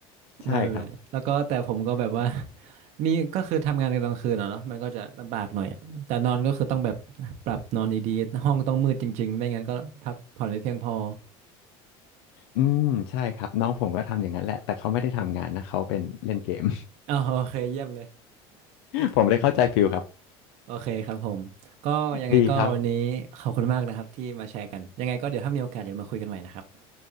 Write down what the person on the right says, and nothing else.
นั่นแหละแล้วก็แต่ผมก็แบบว่า <laughs> มีก็คือทำงานนกลางคืนอะเนาะมันก็จะลำบากหน่อยอะแต่นอนก็คือต้องแบบปรับนอนดีๆ ห้องต้องมืดจริงๆ ไม่งั้นก็พักผ่อนไม่เพียงพอ
อ๋อโอเคเยี่ยมเลย
โอเคครับผม ก็ยังไงก็วันนี้ขอบคุณมากนะครับที่มาแชร์กันยังไงก็เดี๋ยวถ้ามีโอกาสเดี๋ยวมาคุยกันใหม่นะครับ